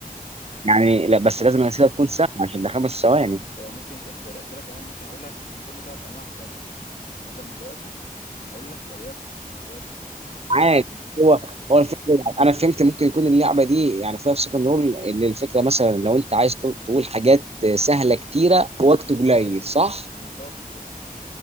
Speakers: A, on the right; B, on the left.
A: يعني لا بس لازم الاسئله تكون سهله عشان ده خمس ثواني
B: يعني ممكن ك- ده الأسئلة كمان ممكن اقول لك اذكر لي ثلاث انواع كذا يعني مثلا دلوقتي هقول لك وليكن وليكن
A: معاك
B: قول لي
A: هو هو الفكره انا فهمت ممكن يكون اللعبه دي يعني فيها في سكند رول ان الفكره مثلا لو انت عايز تقول تقول حاجات سهله كتيره في وقت
B: مم،
A: قليل صح؟
B: بالظبط كده